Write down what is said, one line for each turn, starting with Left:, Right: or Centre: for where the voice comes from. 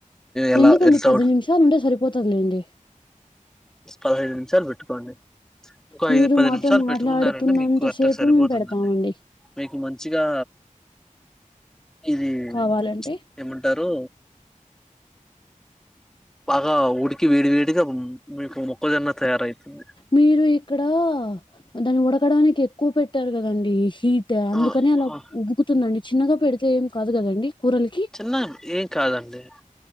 Centre: ఎలా
Left: ఎందుకండి
Centre: ఎట్లా
Left: పది నిమిషాలు ఉండే సరిపోతదిలేండి
Centre: పదహైదు నిమిషాలు పెట్టుకోండి ఇంకో
Left: మీరు
Centre: ఐదు పది
Left: మాతో
Centre: నిమిషాలు పెట్టుకున్నారంటే
Left: మాట్లాడుతున్నంత
Centre: మీకు అట్ట
Left: సేపు
Centre: సరిపోతుందండి
Left: మేము పెడతామండి
Centre: మీకు మంచిగా ఉమ్
Left: కావాలంటే
Centre: ఏమంటారు బాగా ఉడికి వేడి వేడిగా మీకు మొక్కజొన్న తయారైతుంది
Left: మీరు ఇక్కడ దాన్ని ఉడకడానికి ఎక్కువ పెట్టారు కదండి హీ ట్ అందుకని
Centre: ఆ
Left: అలా
Centre: ఆ
Left: ఉబుకుతుందండి చిన్నగా పెడితే ఏం కాదు కదండి కూరలు
Centre: తిన్నాను ఏం కాదండి